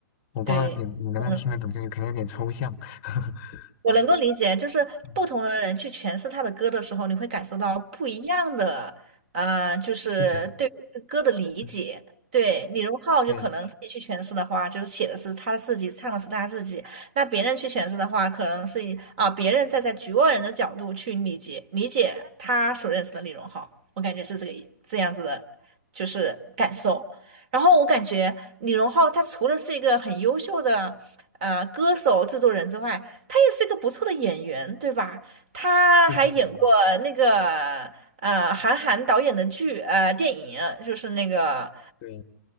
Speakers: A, on the left (about 20°); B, on the right (about 35°).
A: 我不知道你你能不能听得懂，
B: 对。嗯。
A: 就是可能有点抽象，<laughs>
B: 我能够理解，就是不同的人去诠释他的歌的时候，
A: 嗯，
B: 你会感受到不一样的，呃，就是对歌的理解。
A: 视角，嗯，
B: 对，李荣浩就可能自己去诠释的话，
A: 对，
B: 就是写的是他自己，唱的是他自己；那别人去诠释的话，可能是以啊、别人站在局外人的角度去理解理解他所认识的李荣浩。我感觉是这个意这样子的，就是感受。然后我感觉李荣浩他除了是一个很优秀的呃歌手、制作人之外，他也是一个不错的演员，对吧？他还演过那个呃韩寒导演的剧呃电影，
A: 对对对
B: 就是那个
A: 对，